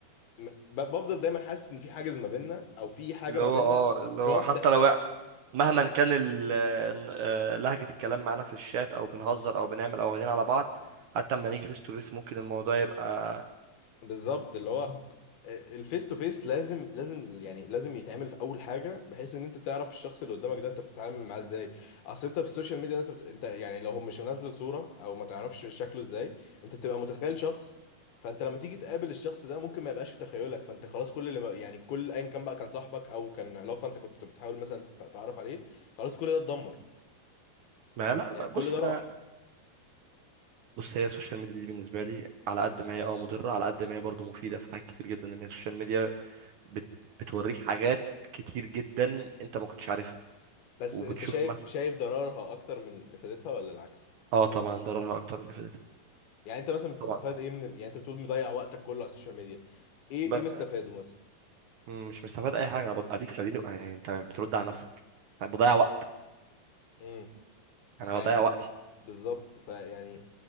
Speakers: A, on the left; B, on the right.
A: م- ب- بفضل دايما حاسس ان في حاجز ما بيننا او في حاجه
B: اللي
A: ما
B: هو
A: بيننا
B: اه اللي
A: اللي
B: هو
A: هو
B: حتى
A: ده
B: لو يعني مهما كان ال- آه، لهجة الكلام معانا في الشات او بنهزر او بنعمل او واخدين على بعض حتى اما نيجي فيس تو فيس ممكن الموضوع يبقى
A: بالظبط اللي هو الفيس تو فيس لازم لازم يعني لازم يتعمل في اول حاجه بحيث ان انت تعرف الشخص اللي قدامك ده انت بتتعامل معاه ازاي اصل انت في السوشيال ميديا انت بت... انت يعني لو هو مش منزل صوره او ما تعرفش شكله ازاي انت بتبقى متخيل شخص فانت لما تيجي تقابل الشخص ده ممكن ما يبقاش في تخيلك فانت خلاص كل اللي ما... يعني كل ايا كان بقى كان صاحبك او كان علاقه انت كنت بتحاول مثلا تت- تعرف عليه خلاص كل ده اتدمر
B: ما لا
A: يعني
B: بص
A: كل ده راح
B: بص هي السوشيال ميديا دي بالنسبة لي على قد ما هي اه مضرة على قد ما هي برضو مفيدة في حاجات كتير جدا ان هي السوشيال ميديا بت... بتوريك حاجات كتير جدا انت ما كنتش عارفها
A: بس
B: وبتشوف
A: انت شايف
B: مثلا
A: شايف ضررها اكتر من فائدتها ولا العكس
B: اه طبعا ضررها اكتر من افادتها
A: يعني انت مثلا بتستفاد
B: طبعا
A: ايه من ال... يعني انت بتقول مضيع وقتك كله على السوشيال ميديا ايه
B: ب...
A: ايه مستفاده مثلا
B: مش مستفاد اي حاجة انا بد- اديك اديني يعني انت بترد على نفسك أنا بضيع وقت
A: امم
B: انا
A: يعني
B: بضيع وقتي
A: بالظبط فيعني